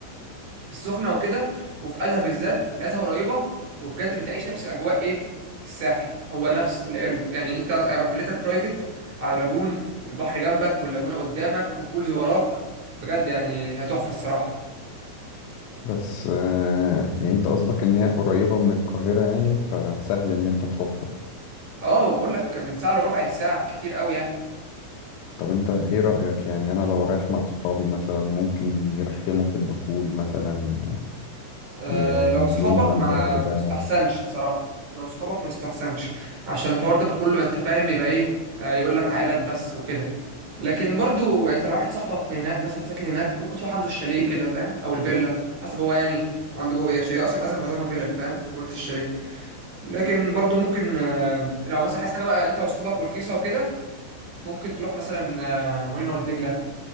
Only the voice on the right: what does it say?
في السخنة وكده وفي أزهى بالذات الأزهى قريبة وبجد بتعيش نفس أجواء إيه الساحل هو نفس ال- ال- يعني أنت قاعد- فيلتك برايفت على لاجون البحر جنبك واللاجونة قدامك وبولز وراك بجد يعني هي تحفة الصراحة
اه بقول لك من ساعة لربع الساعة كتير قوي يعني
أه
لو
صحابك
ما
ما يستحسنش بصراحة لو صحابك ما يستحسنش عشان الحوار ده كله انت فاهم يبقى ايه أه يقول لك عائلات بس وكده لكن برضو يعني انت لو واحد صاحبك من هناك مثلا ساكن هناك ممكن تروح عنده الشاليه كده فاهم او الفيلا حسب هو يعني عنده جوه ايه شاليه اصلا اصلا معظمها فيلا فاهم ما قلتش الشاليه لكن برضو ممكن أه لو مثلا عايز حاجة بقى انت واصحابك والكيسة وكده ممكن تروح مثلا أه مارينا والدجلة